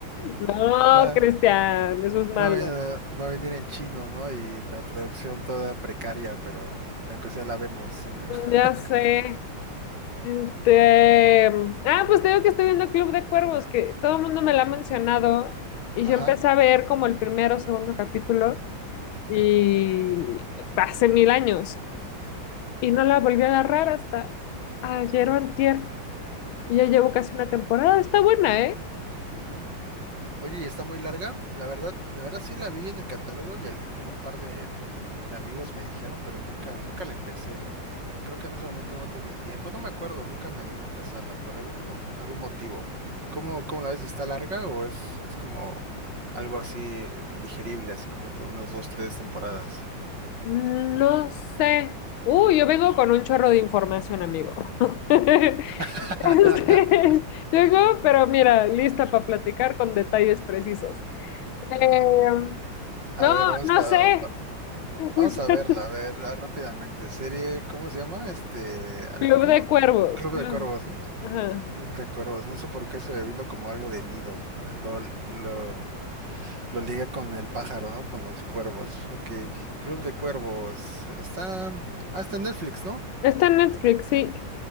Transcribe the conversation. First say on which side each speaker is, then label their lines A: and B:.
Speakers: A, on the left; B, on the right.
A: No,
B: Va,
A: Cristian,
B: va,
A: eso es malo.
B: a ve- va a venir en chino, ¿no? Y la traducción toda precaria, pero aunque sea la vemos, ¿sí, no?
A: Ya
B: <laughs>
A: sé. Este, ah, pues te digo que estoy viendo Club de Cuervos, que todo el mundo me lo ha mencionado y
B: Ajá.
A: yo empecé a ver como el primero o segundo capítulo y hace mil años y no la volví a agarrar hasta ayer o antier. Y ya llevo casi una temporada. Está buena, ¿eh?
B: Ujú. Oye, y está muy larga. La verdad, la verdad sí la vi en el catálogo y, al- y un par de, de amigos me dijeron, pero nunca, nunca la empecé. Creo que en ese momento no tenía tiempo, no me acuerdo, nunca me animé a empezarla por algún, algún motivo. ¿Cómo, cómo la ves? ¿Está larga o es, es como algo así eh, digerible, así como que unas dos, tres temporadas?
A: Mm, No sé. Uy, yo vengo con un chorro de información, amigo. <laughs>
B: <laughs>
A: Este, llego, pero mira, lista para platicar con detalles precisos. Em,
B: A
A: no,
B: ver, vamos
A: no
B: a,
A: sé. <laughs>
B: vamos a verla, a ver, rápidamente. Serie, ¿cómo se llama? Este, al-
A: Club
B: ¿cómo?
A: de Cuervos.
B: Club
A: Club.
B: de Cuervos, ¿no?
A: Ajá.
B: Club de cuervos, no sé por qué se me vino como algo de nido. eh, Lo, lo, lo ligué con el pájaro, ¿no? Con los cuervos. Ok, Club de Cuervos. Está hasta en Netflix, ¿no?
A: Está en Netflix, sí.